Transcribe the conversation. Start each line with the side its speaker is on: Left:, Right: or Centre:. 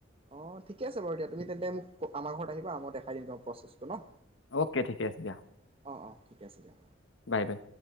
Right: অ ঠিকে আছে বাৰু দিয়া তুমি তেন্তে মোক আমাৰ ঘৰত আহিবা মই দেখাই দিম তোমাক প্ৰচেছটো ন
Left: অ'কে ঠিকে আছে দিয়া
Right: অ' অ' ঠিকে আছে দিয়া
Left: বাই বাই